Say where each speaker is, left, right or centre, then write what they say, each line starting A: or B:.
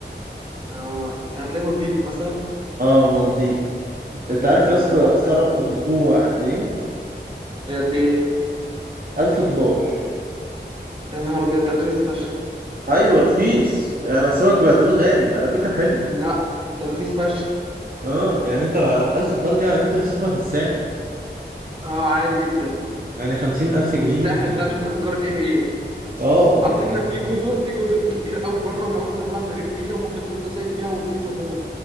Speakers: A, on the right; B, on the right.
A: اه ده هتلاقيه مالديف مثلا
B: اه المالديف انت عارف
A: يا
B: يا اسطى
A: نهار أبيض
B: صرف في اسبوع قد ايه
A: هي قد إيه؟
B: 1000 دولار
A: يا نهار أبيض ده رخيص فشخ
B: ايوه رخيص يعني بحسبك بتقول غالي على فكره حلو
A: لا ده رخيص فشخ
B: اه يعني انت 1000 دولار دي على فكره تصرفها في الساحل
A: اه عادي جدا
B: يعني 50000
A: والساحل
B: جنيه يعني
A: بقى شوف أنت بتقارن إيه بإيه؟
B: اه
A: على
B: يعني
A: فكرة في جزر في جزر كتير قوي بره وكمان بتروح لها من غير فيزا وممكن تروح تصيف فيها ورخيصة موت